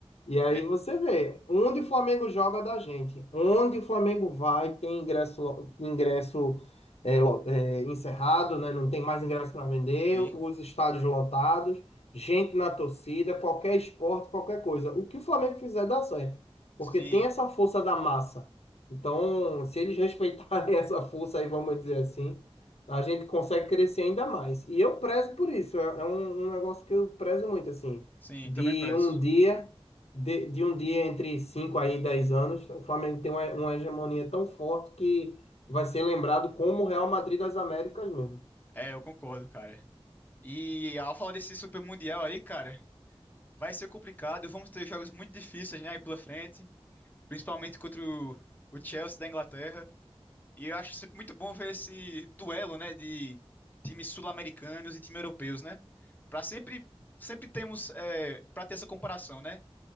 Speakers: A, on the left; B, on the left.
A: E aí
B: É,
A: você vê, onde o Flamengo joga da gente, onde o Flamengo vai, tem ingresso, lo- ingresso é, lo- é, encerrado, né? Não tem mais ingresso para vender,
B: sim,
A: os estádios lotados, gente na torcida, qualquer esporte, qualquer coisa. O que o Flamengo fizer dá certo, porque
B: sim,
A: tem essa força da massa. Então, se eles respeitarem <laughs> essa força aí, vamos dizer assim, a gente consegue crescer ainda mais. E eu prezo por isso, é, é um um negócio que eu prezo muito, assim
B: sim,
A: de
B: também peço.
A: um dia de, de um dia entre 5 aí e 10 anos, o Flamengo tem uma, uma hegemonia tão forte que vai ser lembrado como o Real Madrid das Américas mesmo.
B: É, eu concordo, cara. E ao falar desse Super Mundial aí, cara, vai ser complicado. Vamos ter jogos muito difíceis, né, aí pela frente. Principalmente contra o, o Chelsea da Inglaterra. E eu acho sempre muito bom ver esse duelo, né, de times sul-americanos e times europeus, né? Para sempre, sempre temos, é, para ter essa comparação, né?